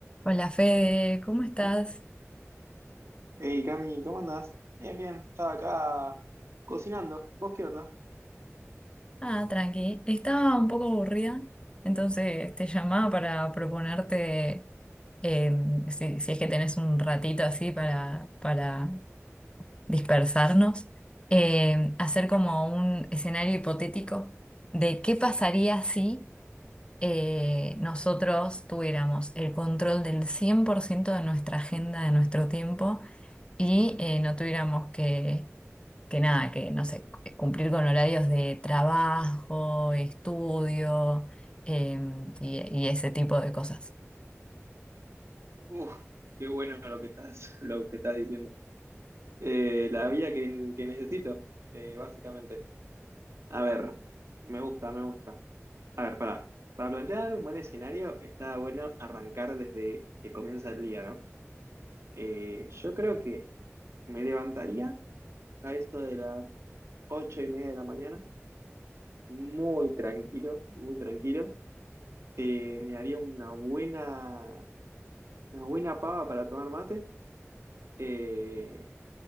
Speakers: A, on the left (about 20°); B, on the right (about 65°).
A: Hola Fede, ¿cómo estás?
B: Hey Cami, ¿cómo andás? Bien, bien, estaba acá cocinando. ¿Vos qué onda?
A: Ah, tranqui. Estaba un poco aburrida, entonces te llamaba para proponerte eh, si, si es que tenés un ratito así para, para dispersarnos, eh, hacer como un escenario hipotético de qué pasaría si eh, nosotros tuviéramos el control del 100% de nuestra agenda, de nuestro tiempo y eh, no tuviéramos que que nada, que no sé, cu- cumplir con horarios de trabajo, estudio, em, y, y ese tipo de cosas.
B: Uf, qué bueno lo que estás, <laughs> lo que estás diciendo. Eh, la vía que, que necesito, eh, básicamente. A ver, me gusta, me gusta. A ver, para, para plantear un buen escenario, está bueno arrancar desde que comienza el día, ¿no? Eh, yo creo que me levantaría a eso de las ocho y media de la mañana, muy tranquilo, muy tranquilo. Eh, me haría una buena Una buena pava para tomar mate. eh,